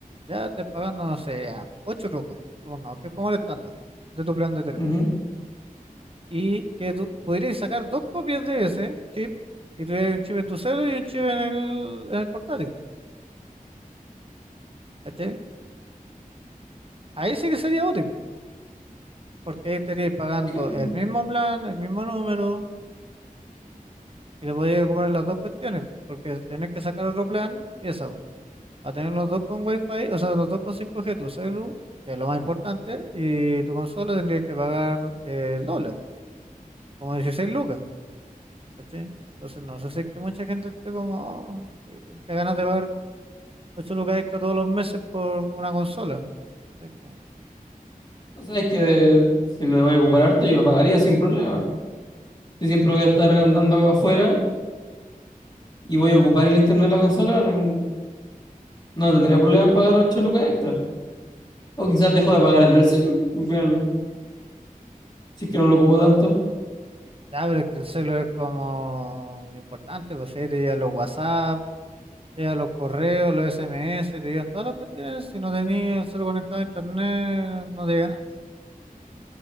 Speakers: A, on the right; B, on the left.
A: Ya estés pagando, no sé, ya, 8 lucas, supongamos, que es como el estándar de tu plan de teléfono.
B: Ujú.
A: y que tú podrías sacar dos copias de ese chip y tuvieras un chip en tu celular y un chip en el, en el portátil. ¿cachai? Ahí sí que sería útil, porque ahí estarías pagando
B: Sí.
A: el mismo plan, el mismo número y le podrías ocupar las dos cuestiones, porque tener que sacar otro plan, pieza, va a tener los dos con Wi-Fi, o sea, los dos con cinco g tu celu, que es lo más importante, y tu consola tendría que pagar eh, el doble, como 16 lucas, ¿cachai? Entonces, no sé si es que mucha gente esté como, oh, sí, que ganas de pagar 8 lucas extra todos los meses por una consola. Es como,
B: O sea, es que si lo voy a ocupar harto, yo lo pagaría sin problema. Si siempre voy a estar andando afuera y voy a ocupar el internet de la consola, no, no tendría problema en pagar 8 lucas extra. O quizás dejo de pagar el del celu, al final, si es que no lo ocupo tanto.
A: ya, pero es que el celo es como importante, pues ahí te llegan los WhatsApp, te llegan los correos, los SMS, te llegan todas las cuestiones. Si no tenías el celo conectado a internet, no te llega nada.